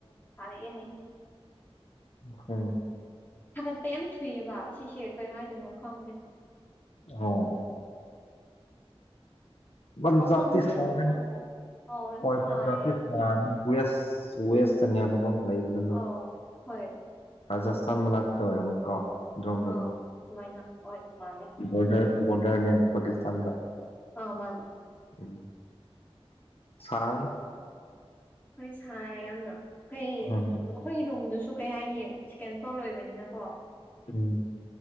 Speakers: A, on the left; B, on the left.
A: ꯁꯥꯔꯛꯑꯦꯅꯦ
B: ꯎꯈꯣꯏ
A: ꯊꯥꯒꯠꯄ ꯌꯥꯝ ꯊꯨꯏꯕ ꯁꯤꯁꯦ ꯀꯩ ꯍꯥꯏꯗꯣꯏꯅꯣ ꯈꯪꯗꯦ
B: <unintelligible> ꯄꯟꯖꯥꯞꯇꯤ
A: ꯋꯥꯍꯜꯂꯦ
B: ꯁꯥꯔꯦꯍꯦ
A: ꯍꯛꯆꯥꯡꯕꯨ ꯑꯧ ꯌꯥꯝ
B: ꯍꯣꯏ
A: ꯁꯥꯏꯌꯦ
B: ꯄꯟꯖꯥꯞꯇꯤ ꯁꯥꯕꯅꯦ ꯋꯦꯁ ꯋꯦꯁ ꯇꯅꯦꯕ ꯀꯣ ꯂꯩꯕꯗꯣ ꯅꯣꯏ
A: ꯑꯧ ꯍꯣꯏ
B: ꯔꯥꯖꯁꯊꯥꯟ ꯃꯅꯥꯛꯇ ꯑꯣꯏꯔꯝꯃꯅꯤꯀꯣ ꯑꯗ꯭ꯔꯣꯝꯗ
A: ꯑꯥ
B: ꯑꯗꯨꯝ
A: ꯑꯗꯨꯃꯥꯏꯅ ꯍꯣꯏ ꯃꯥꯂꯦ
B: ꯕꯣꯔꯗꯔ ꯕꯣꯔꯗꯔꯅꯦ ꯄꯥꯀꯤꯁꯇꯥꯟꯒ
A: ꯑ ꯃꯥꯟ
B: ꯎꯝ ꯁꯥꯏ
A: ꯍꯣꯏ ꯁꯥꯏꯌꯦ ꯌꯥꯝꯅ ꯀꯩ ꯑꯩꯈꯣꯏ
B: ꯎꯝ
A: ꯔꯨꯝꯗꯨꯁꯨ ꯀꯩ ꯍꯥꯏꯅꯤ ꯁꯦꯀꯦꯟ ꯐ꯭ꯂꯣꯔ ꯑꯣꯏꯕꯅꯤꯅꯀꯣ
B: ꯎꯝ